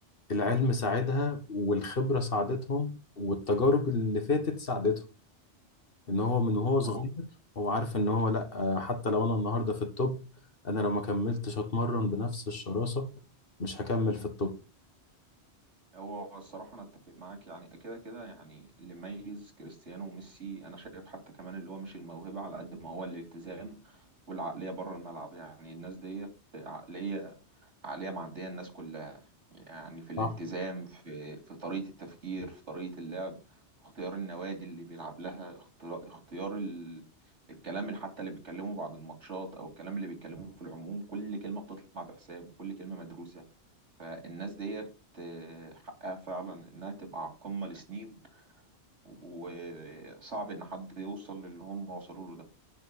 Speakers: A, on the left (about 55°); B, on the right (about 85°).
A: العلم ساعدها والخبره ساعدتهم والتجارب اللي فاتت ساعدتهم ان هو من وهو صغير
B: هو
A: هو عارف ان هو لا آه، حتى لو انا النهارده في التوب انا لو ما كملتش اتمرن بنفس الشراسه مش هكمل في التوب
B: هو الصراحة أنا أتفق معاك يعني كده كده يعني اللي ميز كريستيانو وميسي أنا شايف حتى كمان اللي هو مش الموهبة على قد ما هو الالتزام والعقلية بره الملعب يعني الناس ديت عقلية عقلية معدية الناس كلها يعني في الالتزام
A: صح
B: في في طريقة التفكير في طريقة اللعب في اختيار النوادي اللي بيلعب لها اختيار, اختيار ال... الكلام اللي حتى اللي بيتكلموا بعد الماتشات او الكلام اللي بيتكلموه في العموم كل كلمة بتطلع بحساب وكل كلمة مدروسة فالناس ديت آه، حقها فعلا انها تبقى على القمة لسنين وصعب ان حد يوصل للي هم وصلوا له ده